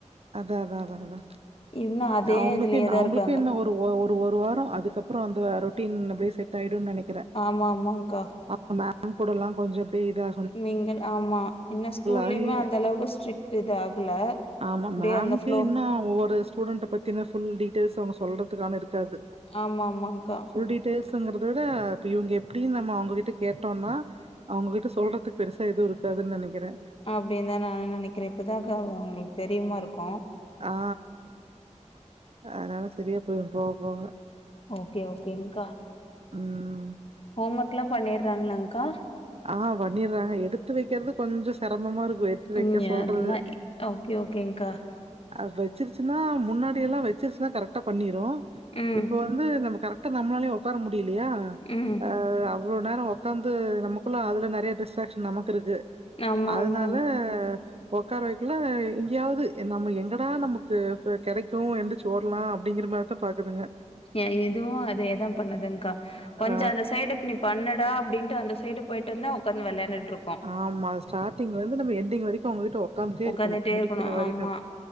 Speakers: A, on the right (about 55°); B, on the left (about 50°).
A: அதா அதா அதா அதா
B: இன்னு அதே
A: அவுங்களுக்கே
B: இதுலயேதா
A: என் அவுங்களுக்கு
B: இருக்காங்க
A: என்ன ஒரு ட்டு ஒ ஒரு ஒரு வாரோ அதுக்கப்பறோ அந்த ரொட்டீன் அப்டியே செட் ஆயிடுன் நெனைக்
B: ஆமா ஆமாங்க்கா
A: பாப்போ மே ம் கூடலெல்லா கொஞ்ச அப்டியே இதா
B: மிங்கிள் ஆமா இன்ன ஸ்கூல்லயுமே
A: ஆகி
B: அந்த அளவுக்கு ஸ்ட்ரிக்ட் இது ஆகல
A: ஆமாம்
B: அப்டியே
A: மேம்கே
B: அந்த ஃப்ளோ
A: இன்னு ஒவ்வொரு ஸ்டூண்ட்ட பத்தின ஃபுல் டீயல்ஸ் அவுங்க சொல்றதுக்கான இருக் க்காது
B: ஆமா ஆமாங்க்கா
A: ஃபுல் டீட் டெயில்ஸுங்குற விட இப்ப இவாங்க எப்டினு நம்ம அவுங்ககிட்ட கேட்டோன்னா அவுங்ககிட்ட சொல்றதுக்கு பெருசா எதுவு இருக்காதுன் நெனைக்கிறே
B: அப்டின் தா நானு நெனைக்கிறே இப்பதாக்கா அ அவுங்களுக்கு தெரியுமா இருக்கு
A: ஆ அதுனால செரியா போய்டு போ போன்னு
B: ஓகே ஓகேங்க்கா
A: ம்
B: ஹோம் ஒர்க்ல்லா பண்ணிர்றாங்களாக்கா
A: ஆ பண்ணிட்றாங்க எடுத்து வைக்கிறது கொஞ்சோ சிரமமா இருக்கு எடுத்து வெக்க
B: ம்
A: சொல்றது
B: எல்லா ஓகே ஓகேங்க்கா
A: அ வச்சுருச்சுன்னா முன்னாடி எல்லா வச்சுருச்சுன்னா கரெக்டா பண்ணிரு
B: ம்,
A: இப்ப வந்து நம்ம கரெக்ட் ட்டா நம்மளாலையு ஒக்கார முடியலையா
B: ம்.
A: அ அவ்ளோ நேரோ உக்காந்து நமக் குல்லா அதுல நெறைய டிஸ்ட்ராக்ஷன் நமக்கு இருக்கு
B: ஆமா,
A: அதுனால
B: ஆமாங்க.
A: ஒக்கார வைக்குள்ள இங்கேயாவது நம்ம எங்கடா நமக்கு கெடைக்கு எந்துர்ச்சு ஓட்லா அப்டிங்கிற மார் ர்த்த பாக்குதுங்க
B: ஏ இதுவு அது எதா பண்ணதுங்க்கா கொஞ்ச
A: ஆ
B: அந்த சைடுப்ப பிண் பண்ணடா அப்டின்டு அந்த சைடு பொயிட்டு வந்தே உக்கார் நீ வெளையாண்டுட்ருக்கு
A: ஆமா ஸ்டார்டிங்ல இருந்து நம்ம எண்டிங் வரைக்கு அவுங்க கிட்ட உக்காந்துட்டே
B: உட்காந்துட்டே
A: இருக்கணு முடிக்கிற
B: இருக்கணும்.
A: வரைக்கு
B: ஆமா,